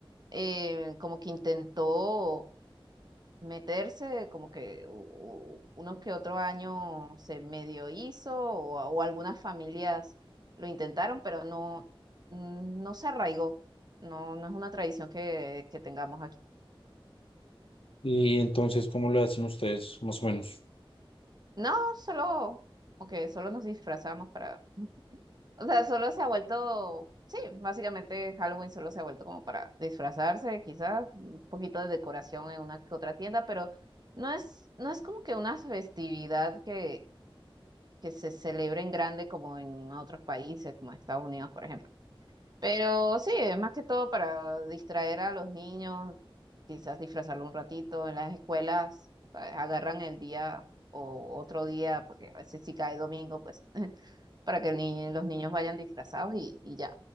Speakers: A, on the right; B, on the left.
A: eh, como que intentó meterse, como que u- u- uno que otro año se medio hizo o, o algunas familias lo intentaron, pero no, mm, no se arraigó, no, no es una tradición que, que tengamos aquí.
B: Y entonces, ¿cómo lo hacen ustedes, más o menos?
A: No, solo, como que solo nos disfrazamos para O sea, solo se ha vuelto, sí, básicamente Halloween solo se ha vuelto como para disfrazarse, quizás, un poquito de decoración en una que otra tienda, pero no es, no es como que una festividad que, que se celebre en grande como en otros países, como Estados Unidos, por ejemplo. Pero sí, es más que todo para distraer a los niños, quizás disfrazarlo un ratito. En las escuelas, ¿sabes? agarran el día o otro día, porque a veces si cae domingo, pues <laughs> para que el ni- los niños vayan disfrazados y, y ya.